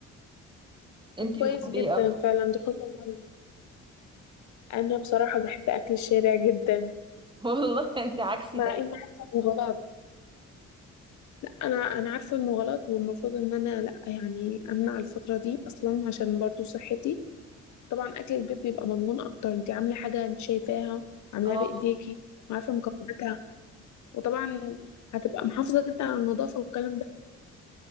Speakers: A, on the right; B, on the left.
A: انتي
B: طب كويس
A: بتحبي
B: جدا
A: ايه اكتر
B: فعلا دي خطوة مهمة أنا بصراحة بحب أكل الشارع جدا
A: <laughs> والله انت عكسي
B: مع
A: تمام
B: إن عارفة إنه غلط انا انا عارفه انه غلط والمفروض ان انا لا يعني امنع الفتره دي اصلا عشان برضو صحتي طبعا اكل البيت بيبقى مضمون اكتر انت عامله حاجه انت شايفاها عاملاها
A: اه
B: بايديكي وعارفه مكوناتها وطبعا هتبقى محافظه جدا على النظافه والكلام ده